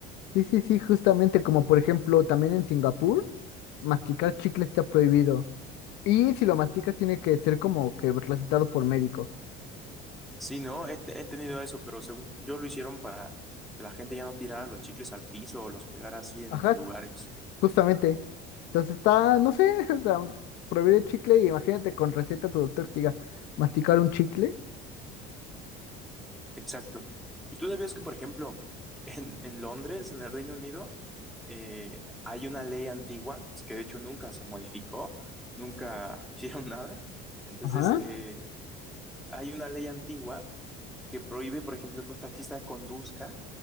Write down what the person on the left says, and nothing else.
Sí, sí, sí, justamente como por ejemplo también en Singapur, masticar chicle está prohibido. Y si lo masticas tiene que ser como que recetado por médico.
Ajá,
Justamente. Entonces está, no sé, <laughs> o sea, prohibir el chicle y imagínate con receta tu doctor te diga, masticar un chicle.
Ajá.